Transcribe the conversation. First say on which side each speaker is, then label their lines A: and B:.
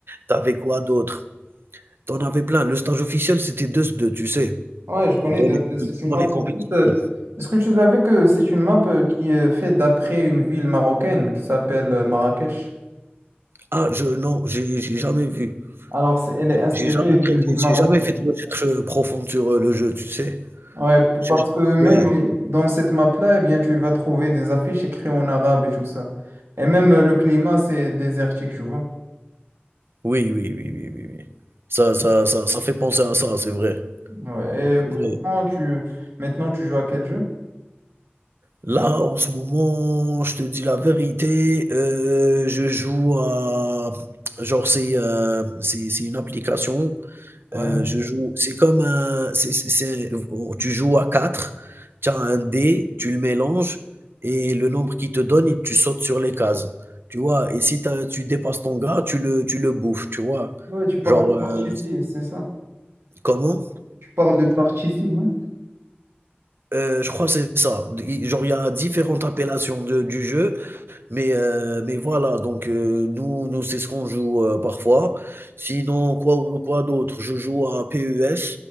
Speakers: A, on the right; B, on the right.
A: t'avais quoi d'autre? T'en avais plein. Le stage officiel, c'était deux. 2 tu sais,
B: Ouais, je connais,
A: dans
B: d'ailleurs,
A: les, compé-
B: c'est une
A: dans
B: map.
A: les compétitions.
B: en fait, euh, Est-ce que tu savais que c'est une map euh, qui est faite d'après une ville marocaine qui s'appelle euh, Marrakech?
A: Ah, je, non, j'ai j'ai jamais vu.
B: Alors, c'est- elle
A: J'ai
B: est inspirée
A: j'ai jamais
B: d'une
A: prêté
B: ville marocaine.
A: j'ai jamais fait de recherche, heu, profonde sur, heu, le jeu, tu sais?
B: Ouais, p-
A: J'ai
B: parce
A: ja
B: que même
A: ouais.
B: dans cette map-là, eh bien, tu vas trouver des affiches écrites en arabe et tout ça. Et même euh, le climat, c'est désertique, tu vois.
A: Oui, oui, oui, oui, oui, oui. Ça ça ça ça fait penser à ça, c'est vrai,
B: Ouais,
A: c'est
B: et pourtant,
A: vrai.
B: tu... maintenant, tu joues à quel jeu?
A: Là, en ce moment, je te dis la vérité, heu, je joue à genre c'est, heu, c'est c'est une application
B: Ouais.
A: Heu, je joue c'est comme un c'est c'est c'est oh, tu joues à quatre tu as un dé, tu le mélanges et le nombre qu'il te donne et tu sautes sur les cases, tu vois? Et si t'as tu dépasses ton gars, tu le tu le bouffes, tu vois?
B: Ouais, tu parles
A: Genre,
B: de partie
A: heu
B: ici, c'est ça.
A: comment?
B: Tu parles de partie ici, non?
A: Heu, je crois que c'est ça. D genre, il y a différentes appellations de du jeu. Mais, heu, mais voilà, donc heu, nous nous, c'est ce qu'on joue, heu, parfois. Sinon, quoi ou quoi d'autre? Je joue à PES,